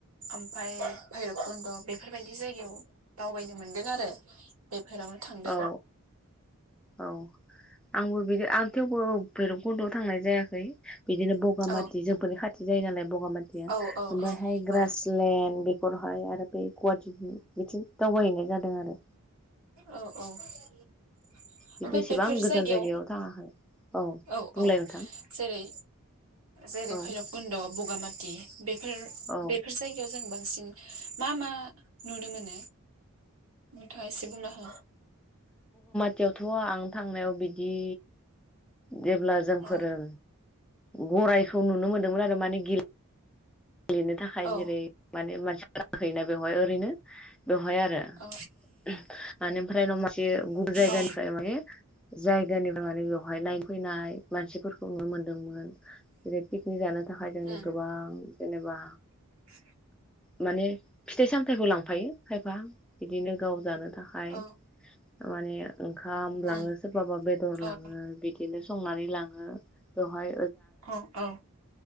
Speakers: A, on the right (about 70°); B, in the centre.
A: ओमफाय भैरबकुन्द बेफोरबायदि जायगायाव दावबायनो मोनदों आरो बेफोरावनो थांदों।
B: औ औ आंबो बिदि आंथ थेवबो भैरबकुन्दआव थांनाय जायाखै। बिदिनो बगा
A: औ
B: माथि जोंफोरनि खाथि जायो नालाय बग बगा मातिया
A: औ औ
B: ओमफ्रायहाय ग्रासलेनड
A: औ
B: बेखौहाय आरो बे गुवाहाटिथिं बिथिं दावबायहैनाय जादों आरो
A: औ औ ओमफाय
B: बिदि एसेबां
A: बेफोर
B: गोजान
A: जायगायाव
B: थाङाखै
A: औ
B: बुंलाय
A: औ
B: नोंथां
A: जेरै जेरै
B: औ
A: भैरबकुन्द' बगा माथि बेफोर
B: औ
A: बेफोर जायगायाव जोंबो सिं मा मा नुनो मोनो नोंथाङा एसे बुंना हो
B: खाथियावथ' आं थांनायाव बिदि जेब्ला जों फोरों
A: औ
B: गराय खौ नुनो मोन्दोंमोन आरो माने गि गेलेनो थाखाय
A: औ
B: जेरै माने मानसि गाखोयोना बेवहाय ओरैनो बेवहाय आरो ओ
A: औ
B: ओमफ्राय न मासे गुबुन जायगानिफ्राय
A: औ
B: माने जायगानिफ्राय माने बेवहाय नायनो फैनाय मानसिफोरखौ नुनो मोनदोंमोन जेरै पिकनिक जानो थाखाय जोंनो
A: उम
B: गोबां जेनेबा
A: <inaudible>
B: माने फिथाइ सामथाइखौ लांफायो खायफा बिदिनो गाव जानो थाखाय
A: औ
B: माने ओंखाम
A: उम
B: लाङो सोरबाबा बेदर
A: औ
B: लाङो बिदिनो संनानै लाङो बेवहाय
A: औ औ